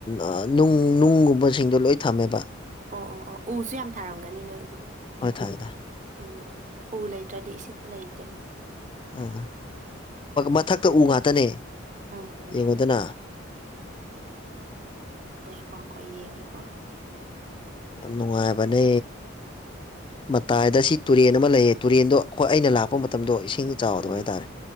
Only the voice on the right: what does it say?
ꯑꯣ ꯑꯣ ꯑꯣ ꯎꯁꯨ ꯌꯥꯝ ꯊꯥꯔꯝꯒꯅꯤ ꯅꯣꯏ ꯑꯗꯨꯗꯤ
ꯎꯝ ꯎ ꯂꯩꯇ꯭ꯔꯗꯤ ꯏꯁꯤꯡ ꯂꯩꯇꯦꯕ꯫
ꯎꯝ ꯎꯝ
ꯉꯥꯏꯈꯣ ꯉꯥꯏꯈꯣ ꯌꯦꯡꯒꯦꯀꯣ꯫
ꯎꯝ